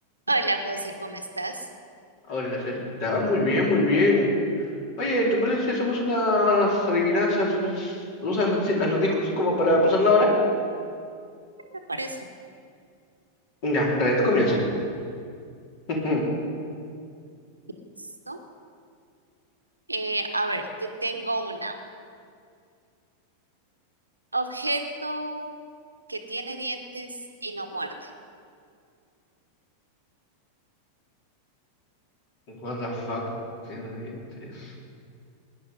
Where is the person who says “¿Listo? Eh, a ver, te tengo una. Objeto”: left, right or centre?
Right